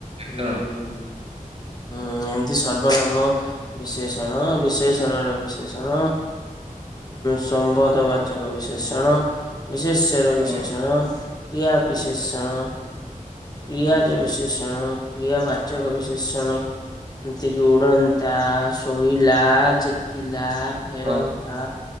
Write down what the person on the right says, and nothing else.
କାରଣ
ହଁ
ହଁ
ହୁଁ
ହଁ